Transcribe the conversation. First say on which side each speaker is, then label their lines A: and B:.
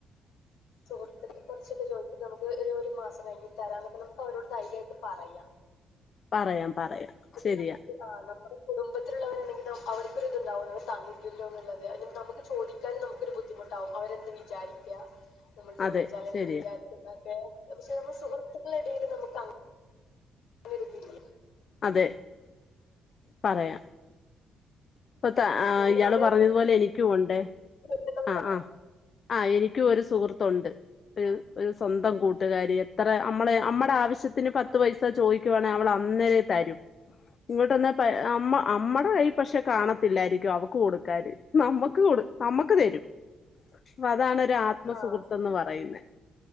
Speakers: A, on the left; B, on the left.
A: <inaudible>
B: സുഹൃത്ത് കുറച്ചൊക്കെ ചോദിച്ചിട്ട് നമുക്ക് ഒരു ഒരു മാസം കഴിഞ്ഞിട്ട് തരാം എന്നൊക്കെ നമുക്ക് അവരോട് ധൈര്യായിട്ട് പറയ
A: പറയാം പറയാം
B: പിന്നെ
A: ശരിയാ
B: നമുക്ക് ആ നമ്മുടെ കുടുംബത്തിലുള്ളവരെ എന്തെങ്കിലും അവർക്കൊരിതുണ്ടാവും നമുക്ക് തന്നില്ലല്ലോ എന്നുള്ളത് നമുക്ക് ചോദിക്കാനും നമുക്കൊരു ബുദ്ധിമുട്ടാവും അവരെ വിചാരിക്ക. നമ്മള്
A: അതെ
B: ചോദിച്ചാൽ എന്ത്
A: ശരിയാ
B: വിചാരിക്കുന്നൊക്കെ പക്ഷെ നമ്മ സുഹൃത് ത്തക്കളെടീൽ നമുക്ക് അങ്ങനൊരിതില്ല.
A: അതെ, പറയാം. ഇപ്പത്തെ ആ
B: അങ്ങനെ
A: ഇയാള്
B: അവിടെ
A: പറഞ്ഞതുപോലെ എനിക്കും ഉണ്ട് അ
B: സുഹൃത്തുക്കളുണ്ടാവും
A: ആ ആ എനിക്കും ഒരു സുഹൃത്തുണ്ട്. ഒരു ഒരു സ്വന്തം കൂട്ടുകാരി എത്ര അമ്മളെ അമ്മടെ ആവശ്യത്തിന് പത്ത് പൈസ ചോദിക്കുവാണെ അവ അന്നേരേ തരും. ഇങ്ങട്ടൊന്ന് പ അമ്മ അമ്മടെ കയ്യി പക്ഷെ കാണത്തില്ലായിരിക്കും അവക്ക് കൊടുക്കാന്, നമ്മുക്ക് കൊടു നമ്മക്ക് തരും. അപ്പൊ അതാണൊരാത്മ
B: ആ
A: സുഹൃത്തെന്ന് പറയുന്നേ.